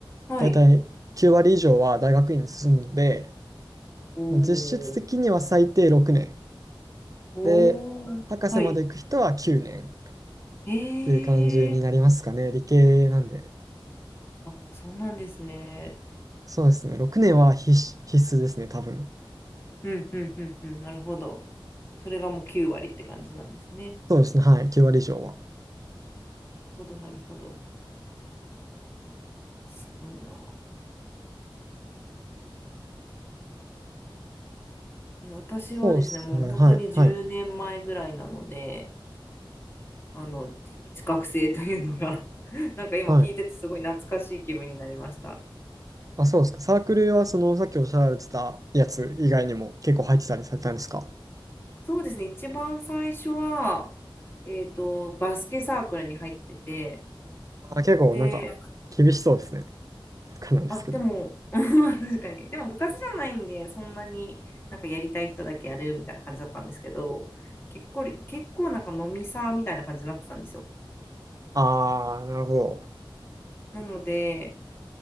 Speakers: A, on the left (about 25°); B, on the right (about 40°).
A: はい。
B: だいたい9割以上は大学院に進むので、
A: お
B: まあ、実質的には最低6年。
A: おー、
B: で、博士まで行く人は9年っ
A: はい。へ
B: ていう感じになりますかね。
A: え、
B: 理系なんで。
A: ああそうなんですね。
B: そうですね。6年は必須、必須ですね、多分。
A: うん、うん、うん、うん、なるほど。それがもう9割って感じなんですね。
B: そうですね。はい。9割以上は。
A: なるほど、なるほど。すごいな。え私はですね、
B: そうですね。
A: もう本当に10年前ぐらいなので、
B: はい。はい。
A: あの、学生というのが <laughs> なんか今聞いててすごい懐かしい気分になりました。
B: はい。あ、そうですか。サークルはそのさっきおっしゃられてたやつ以外にも結構入ってたりされたんですか
A: そうですね、一番最初は、えっと、バスケサークルに入ってて、
B: あ、結構なんか厳しそうですね。
A: で、
B: わかんないんですけど。
A: あ、でも、<laughs> 確かに。でも部活じゃないんで、そんなになんかやりたい人だけやるみたいな感じだったんですけど、結構り、結構なんか飲みサーみたいな感じになってたんですよ。
B: ああ、なるほど。
A: なので、